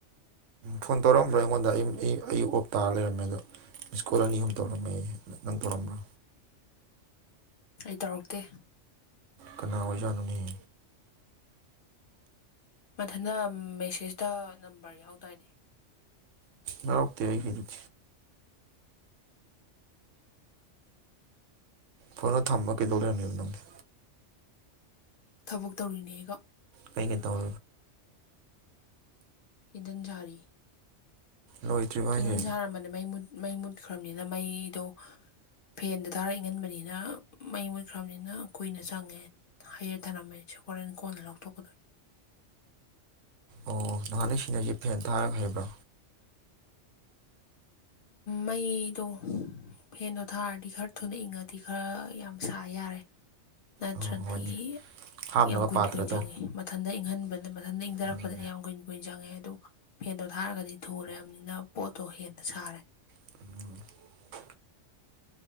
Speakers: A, on the right; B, on the left.
A: ꯐꯣꯟ ꯇꯧꯔꯛꯑꯝꯕ꯭ꯔꯥ ꯑꯩꯉꯣꯟꯗ ꯑꯩ ꯑꯩ ꯑꯣꯞ ꯇꯥꯔ ꯂꯩꯔꯝꯃꯦ ꯑꯗꯣ ꯁ꯭ꯀꯨꯜ ꯑꯅꯤ ꯑꯍꯨꯝ ꯇꯧꯔꯝꯃꯦ ꯅꯪ ꯇꯧꯔꯝꯕ꯭ꯔꯣ
B: ꯑꯩ ꯇꯧꯔꯛꯇꯦ
A: ꯀꯅꯥ ꯑꯣꯏꯖꯠꯅꯣꯅꯤ
B: ꯃꯊꯟ ꯃꯦꯁꯦꯖꯇ ꯅꯝꯕꯔ ꯌꯥꯎꯗꯏꯅꯦ
A: ꯌꯥꯎꯔꯛꯇꯦ ꯑꯩꯒꯤ ꯑꯗꯨꯗꯤ ꯐꯣꯠꯣ ꯊꯝꯕ ꯀꯩꯗꯧ ꯂꯩꯔꯝꯃꯦꯕ ꯅꯪꯗꯤ
B: ꯊꯕꯛ ꯇꯧꯔꯤꯅꯦꯀꯒ
A: ꯀꯩꯒꯤ ꯇꯧ
B: ꯀꯤꯗꯟꯖꯥꯔꯤ
A: ꯂꯣꯏꯗ꯭ꯔꯤꯕ
B: ꯀꯦꯜꯗꯟ
A: ꯍꯥꯏꯁꯦ
B: ꯁꯥꯔꯝꯕꯅꯤ ꯃꯩ ꯃꯩ ꯃꯨꯠꯈ꯭ꯔꯕꯅꯤꯅ ꯃꯩꯗꯣ ꯐꯦꯟꯗ ꯊꯥꯔ ꯏꯪꯍꯟꯕꯅꯤꯅ ꯃꯩ ꯃꯨꯠꯈ꯭ꯔꯕꯅꯤꯅ ꯀꯨꯏꯅ ꯆꯪꯉꯦ ꯍꯩꯔ ꯊꯔꯝꯃꯦꯅꯤꯁꯦ ꯍꯣꯔꯦꯟ ꯀꯣꯟꯅ ꯂꯧꯊꯣꯛꯀꯗꯣꯏꯅꯤ
A: ꯑꯣ ꯅꯍꯥꯟ ꯁꯤꯅꯁꯤ ꯐꯦꯟ ꯊꯥꯔꯒ ꯍꯩꯕ꯭ꯔꯣ
B: ꯃꯩꯗꯣ ꯐꯦꯟꯗꯣ ꯊꯥꯔꯗꯤ ꯈꯔ ꯊꯨꯅ ꯏꯪꯉꯗꯤ ꯈꯔ ꯌꯥꯝ ꯁꯥ ꯌꯥꯔꯦ ꯅꯠꯇ꯭ꯔꯗꯤ
A: ꯑꯣ ꯍꯣꯏꯅꯦ ꯍꯥꯞꯅꯕ
B: ꯌꯥꯝ ꯀꯨꯏꯟ
A: ꯄꯥꯇ꯭ꯔꯗꯣ
B: ꯀꯨꯏꯟ ꯆꯪꯉꯤ ꯃꯊꯟꯗ ꯏꯪꯍꯟꯕ ꯑꯗ ꯃꯊꯟ ꯏꯪꯊꯔꯛꯄꯗꯗꯤ
A: ꯎꯝ
B: ꯌꯥꯝ ꯀꯨꯏꯟ ꯀꯨꯏꯟ ꯆꯪꯉꯦ ꯑꯗꯨꯗꯣ ꯐꯦꯟꯗꯣ ꯊꯥꯔꯒꯗꯤ ꯊꯨꯔꯕꯅꯤꯅ ꯄꯣꯠ ꯇꯣ ꯍꯦꯟꯅ ꯁꯥꯔꯦ
A: <unintelligible>